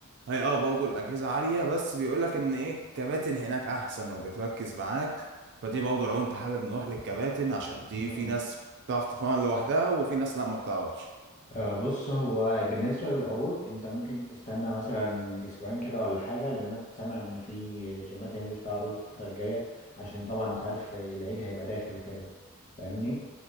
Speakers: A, on the right (about 50°); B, on the left (about 35°).
A: هي اه برضه الاجهزه عاليه بس بيقول لك ان ايه الكباتن هناك احسن وبتركز معاك فدي برضه لو انت حابب نروح للكباتن عشان دي
B: مم.
A: في ناس بتعرف تتمرن لوحدها وفي ناس لا ما بتعرفش
B: آه، بص هو بالنسبة للعروض انت ممكن تستنى مثلا اسبوعين كده ولا حاجة لان انا كنت سامع ان في جيمات هينزل فيها عروض الفترة الجاية عشان طبعا انت عارف العيد هيبقى داخل وكده فاهمني